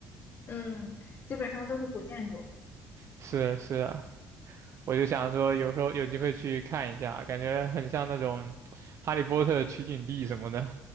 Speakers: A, on the left (about 40°); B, on the right (about 50°).
A: 嗯，基本上都是古建筑。
B: 是是啊，我就想说有时候有机会去看一下，感觉很像那种《哈利波特》取景地什么的